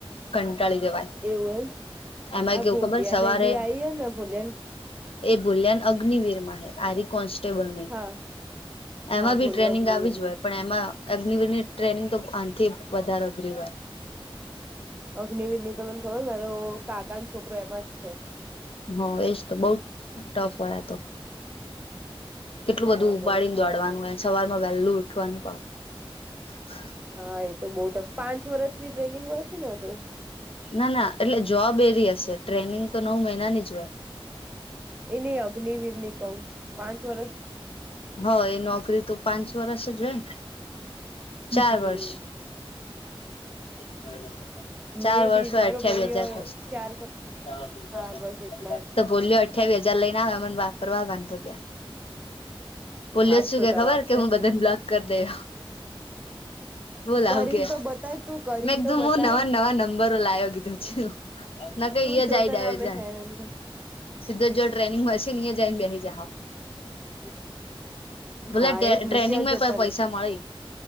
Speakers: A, on the left; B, on the right.
A: કંટાળી જવાય
B: એવું એમ
A: એમાં
B: આ
A: કેવું
B: ભોલિયાને
A: ખબર સવારે
B: એ બી આવી હે ને ભોલિયાન
A: એ ભૂલ્યાન અગ્નવીર માં આરી કોન્સ્ટેબલ ન
B: હા
A: એમાં
B: હા
A: બી
B: ભોલ્યો
A: ટ્રેનિંગ
B: અગ્નિવીર
A: આવી જ હોય
B: માં
A: પણ એમાં અગ્નિવરની ટ્રેનિંગ તો આથી વધારે અઘરી હોય
B: અગ્નિવર ની તો મને ખબર મારો કાકા છોકરો એમાં જ છે
A: હ એજ તો બઉ ટફ હોય આતો કેટલું
B: હા
A: બધું ઉપાડીને
B: બઉ જ ટફ
A: દોડવાનું હોય સવારમાં વહેલું ઉઠવાનું પાહુ
B: હા એ તો બઉ ટફ પાંચ વર્ષની ટ્રેનિંગ હોય છે ને આતો
A: ના ના એટલે જોબ એવી હશે ટ્રેનિંગ તો નવ મહિનાની જ હોય
B: એ નય અગ્નવીર ની કહું પાંચ વર્ષ
A: હ એ નોકરી તો પાંચ વર્ષ જ હોય ને ચાર
B: હમ
A: વર્ષ <unintelligible> ચાર
B: મે
A: વર્ષ
B: બી
A: હોય
B: મારો
A: અઠ્યાવીસ
B: ભાઈ
A: હજાર પાછું <unintelligible>
B: ચાર કપ હા બસ એટલા
A: તો ભોલ્યો અઠાવી હજાર લઈન આવે મને વાપરવા <unintelligible> ભોલ્યો
B: હાસ
A: જ શું
B: તો
A: કે
B: તને
A: ખબર
B: આપશે
A: કે
B: જ
A: હું બધા ને બ્લોક કરી
B: ને
A: દેય બોલાવું
B: કરીને
A: કે
B: તો બતાય તું કરીને
A: મેં એકધું
B: તો બતાય
A: હું નવા નવા નંબરો લાયો કીધું છુ ના કઈ
B: તું
A: ઈયા
B: જો
A: જાય ડાયજ
B: તને અમે હેરાન
A: સીધો જ જો ટ્રેનિંગમાં હસે ન્યા જઈને બેસી જાશો
B: <inaudible>
A: ભલે
B: હા એજ
A: ટ્રેનિંગમાં
B: ને ત્યાં જતાં
A: પણ પૈસા
B: રેસુ
A: મળી